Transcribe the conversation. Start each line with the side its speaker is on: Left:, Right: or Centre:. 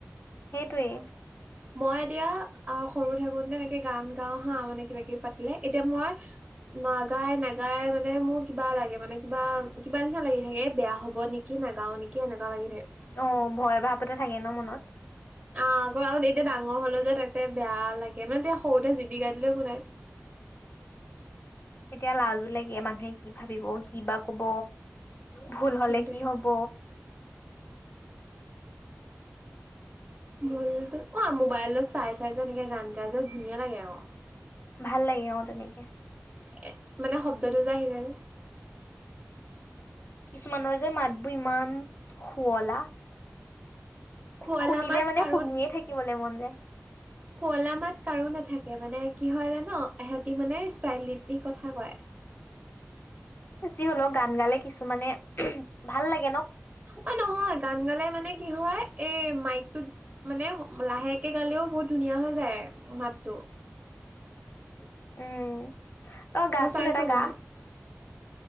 Left: সেইটোৱেই
Right: মই এতিয়া আ, সৰু থাকোতে তেনেকে গান গাও হাঁ মানে কিবা কিবি পাতিলে, এতিয়া মই নাগাই নাগাই মানে মোৰ কিবা লাগে মানে কিবা, কিবা নিচিনা লাগি থাকে, এ বেয়া হ'ব নেকি, নাগাও নেকি, এনেকুৱা লাগি থাকে
Left: অ', ভয় ভাৱ এটা থাকে ন মনত?
Right: আ, আকৌ আও এতিয়া ডাঙৰ হলো যে, তাতে বেয়া লাগে, মানে তেতিয়া সৰুতে জিতি গাই দিলেও একো নাই।
Left: <inaudible> এতিয়া লাজো লাগে, মানুহে কি ভাবিব, কি বা কব! ভুল হলে
Right: সেইটোৱে
Left: কি হব?
Right: ভুলতো অ', মোবাইলত চাই চাই যে এনেকে গান গাই যে ধুনীয়া লাগে আও
Left: ভাল লাগে অহ তেনেকে।
Right: এ মানে শব্দটো যে আহি যায়।
Left: কিছুমানৰ যে মাত বোৰ ইমান শুৱলা!
Right: খুৱলা
Left: শুনিলে
Right: মাত
Left: মানে
Right: কাৰো,
Left: শুনিয়ে থাকিবলৈ মন যায়
Right: খুৱলা মাত কাৰো নাথা- কে, মানে কি হয় জান' ইহঁতি মানে ষ্টাইল দিপিনি কথা কয়।
Left: যি হলেও গান গালে কিছুমানে ভাল লা-
Right: অ' নহয় গান গালে মানে কি হয় এই মাইকটোত মানে লাহেকে গালেও বহুত ধুনীয়া হৈ যায় মাতটো। <unintelligible>
Left: উম' তই গাচোন
Right: মই চাইছো
Left: এটা গা
Right: মানে